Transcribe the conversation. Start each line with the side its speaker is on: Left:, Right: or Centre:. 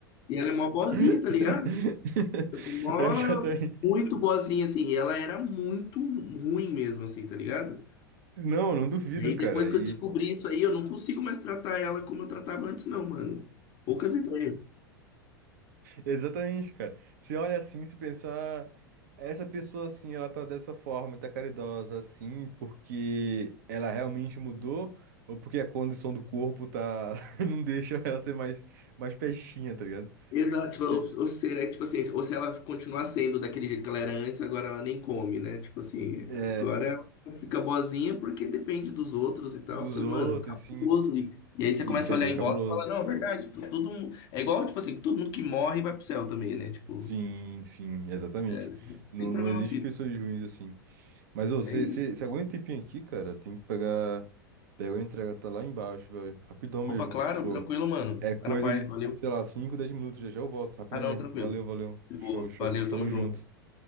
Left: E ela é mó boazinha,
Right: <laughs>
Left: tá ligado? Assim, mó,
Right: Exatamente.
Left: muito boazinha, assim. Ela era muito ruim mesmo, assim, tá ligado?
Right: Não, não duvido,
Left: E aí,
Right: cara.
Left: depois
Right: E
Left: que eu descobri isso aí, eu não consigo mais tratar ela como eu tratava antes, não, mano. Poucas ideias.
Right: exatamente, cara. Se olha assim, se pensar, essa pessoa assim, ela tá dessa forma, tá caridosa assim, porque ela realmente mudou ou porque a condição do corpo tá <laughs> não deixa ela ser mais mais peixinha, tá ligado?
Left: Exato, tipo,
Right: Se-
Left: ou, ou será, tipo assim, ou se ela continuar sendo daquele jeito que ela era antes, agora ela nem come, né? Tipo assim,
Right: É,
Left: agora ela fica boazinha porque depende dos outros e tal.
Right: dos
Left: Eu falei,
Right: outros,
Left: mano, cabuloso.
Right: sim.
Left: E, e aí você
Right: Isso
Left: começa
Right: é
Left: a
Right: meio
Left: olhar em
Right: cabuloso.
Left: volta e fala, não, é verdade, to- todo mundo. É igual, tipo assim, todo mundo que morre vai pro céu também, né? Tipo,
Right: Sim, sim, exatamente.
Left: é
Right: Não,
Left: sempre
Right: não
Left: a mesma
Right: existe
Left: fita.
Right: pessoas ruins assim. Mas ô, você
Left: É isso.
Right: você- aguenta um tempinho aqui, cara, tem que pegar, pegar a entrega, tá lá embaixo, velho. Rapidão
Left: Opa,
Right: mesmo.
Left: claro,
Right: Tipo,
Left: tranquilo, mano.
Right: é coisa
Left: Fica na paz,
Right: de,
Left: valeu.
Right: sei lá, 5 10 minutos, já já eu volto. Rapidão
Left: Ah, não,
Right: mesmo.
Left: tranquilo.
Right: Valeu, valeu.
Left: De
Right: Show,
Left: boa,
Right: show.
Left: valeu,
Right: Tamo
Left: tamo junto.
Right: junto.